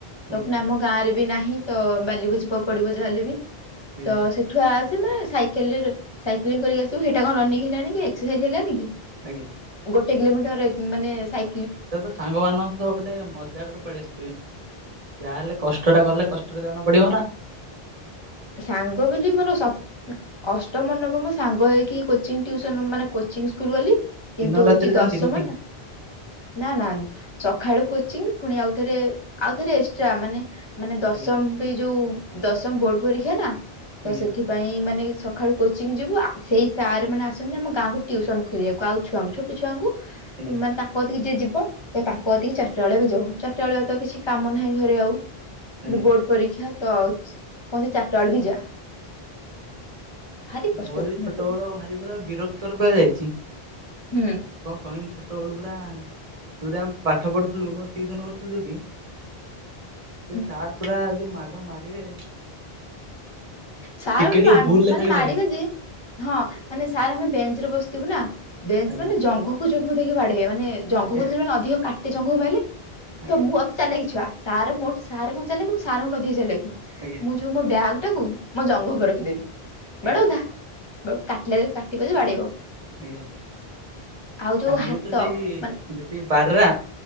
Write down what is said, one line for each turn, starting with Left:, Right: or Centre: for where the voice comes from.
Right: ଆଜ୍ଞା
Left: ତ ପ୍ ନାମ ଗାଁରେ ବି ନାହିଁ ତ ବାଲିିବୁ ଯିବାକୁ ପଡିବ ଯାହା ହେଲେ ବି
Right: ଆଜ୍ଞା
Left: ତ ସେଠୁ ଆସି ମାନେ ସାଇକେଲ ରେ ସାଇକେଲିଂ କରିକି ଆସିବୁ ସେଇଟା କଁ ରନିଂ ହେଲାନି କି ଏକ୍ସସାଇଜ୍ ହେଲାନି କି?
Right: ଆଜ୍ଞା।
Left: ଗୋଟେ କିଲୋମିଟର ଏ ମାନେ ସାଇ
Right: ସେ ତ ଛାଙ୍ଗ ମାନଙ୍କ ସହ ଗୋଟେ ମଜାକରେ ପଳେଇ ଆସତିବି। ଯାହାହେଲେ କଷ୍ଟଟା କଲେ କଷ୍ଟଟା ଜାଣା ପଡିବ ନା।
Left: ସାଙ୍ଗ ବୋଲି ମୋର ସ ଅଷ୍ଟମ ନବମ ସାଙ୍ଗ ହେଇକି କୋଚିଂ ଟିଉସନ ମାନେ କୋଚିଂ ସ୍କୁଲ ଗଲି। କିନ୍ତୁ
Right: ଦିନ
Left: ହୋଉଚି
Right: ରାତିରେ ଯାଆନ୍ତି
Left: ଦଶମଟା
Right: କୋଚିଂ
Left: ନା ନା ଚଖାଳୁ କୋଚିଂ ପୁଣି ଆଉ ଥରେ ଆଉଥରେ ଏକ୍ସଟ୍ରା ମାନେ ମାନେ ଦଶମ
Right: ଆଜ୍ଞା
Left: ବି ଯୋଉ ଦଶମ ବୋର୍ଡ ପରୀକ୍ଷା ନା
Right: ଆଜ୍ଞା
Left: ତ ସେଥି ପାଇଁ ମାନେ ସକାଳୁ କୋଚିଂ ଯିବୁ ଆ ସେଇ ସାର୍ ମାନେ ଆସନ୍ତି ଆମ ଗାଁକୁ ଟ୍ୟଉସନ କୋଲିବାକୁ ଆଉ ଛୁଆଙ୍କୁ ଛୋଟ ଛୁଆଙ୍କୁ
Right: ଆଜ୍ଞା
Left: ମାନେ ତା କତିକି ଯିଏ ଯିବ ତ ତାଙ୍କ କତିକି ଚାରିଟାଳେ ବି ଯାଉ ଚାରିଟା ବେଳିଆ ତ କିଛି କାମ ନାହିଁ ଘରେ ଆଉ।
Right: ଆଜ୍ଞା
Left: ଏ ବୋର୍ଡ ପରୀକ୍ଷା ତ କୁହନ୍ତି ଚାରିଟା ବେଳ ବି ଯା। ଭାରି କଷ୍ଟ
Right: ମୋର
Left: ଜୀବନ
Right: ବି ଛୋଟବେଳ
Left: ସେତେବେଳେ
Right: ଭାରି ପୁରା ବିରକ୍ତର ପୂଆ ଯାଇଚି।
Left: ହୁଁ!
Right: କଁ କହିବି ଛୋଟବେଳୁ ପୁରା ଯେଉଟା ଆମେ ପାଠ ପଢ଼ୁଥିଲୁ ଟିଉସନ କରିଥିଲୁ ଯୋଉଠି
Left: <inaudible>
Right: ସେ ସାର୍ ପୁରା ଯୋଉ ମାଡ ମାରିବେ
Left: ଛାର୍
Right: ଟିକେ ଟିକେ
Left: ମା
Right: ଭୁଲରେ
Left: ମାନେ
Right: ଖାଲି
Left: ମାରିବେ ଯେ ହଁ ମାନେ ସାର୍ ଆମେ ବେଞ୍ଚ ରେ ବସିଥିବୁ ନା ବେଞ୍ଚ
Right: ଆଜ୍ଞା
Left: ମାନେ ଜଙ୍ଘକୁ ଜଙ୍ଘ ଦେଇକି ବାଡେଇବେ ମାନେ ଜଙ୍ଘ
Right: ଆଜ୍ଞା
Left: କୁ ନଧିଲେ ମାନେ ଅଧିକ କାଟେ ଜଙ୍ଘକୁ ମାଇଲେ
Right: ଆଜ୍ଞା
Left: ତ ମୁଁ ଅ ଚାଲେକି ଛୁଆ ସାର ମୋ ସାର୍ କଣ ଚାଲେ କି ମୁଁ ସାରଙ୍କଠୁ ଅଧିକ ଚାଲେକ୍।
Right: ଆଜ୍ଞା!
Left: ମୁଁ ଯୋଉ ମୋ ବ୍ୟାଗ୍ ଟାକୁ ମୋ ଜଙ୍ଘ ଉପ ରଖିଦେବି
Right: ଆଜ୍ଞା
Left: ବାଡ଼ଉଥା! କାଟିଲେ ଯୋ କାଟିବ ଯ ବାଡ଼େଇବ
Right: ଆଜ୍ଞା
Left: ଆଉ ଯୋଉ
Right: ଆ ମୁଁ
Left: ହାତ
Right: ତ ସେଇ
Left: ମାନେ
Right: ଯେତିକି ବାଡ୍ରା